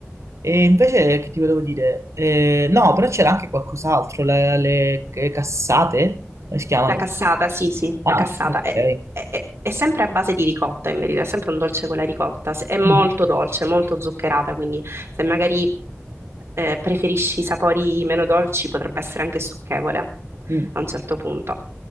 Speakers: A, on the right; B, on the right.
A: E invece che ti volevo dire? Eh, no, però c'era anche qualcos'altro, le, le cassate, come si chiamano?
B: La cassata, sì, sì,
A: Ah,
B: la cassata.
A: ok.
B: È, è- è è sempre a base di ricotta, in verità, è sempre un dolce con la ricotta. Se- È molto
A: Mm.
B: dolce, molto zuccherata, quindi se magari eh, preferisci i sapori meno dolci potrebbe essere anche stucchevole
A: Mm.
B: a un certo punto.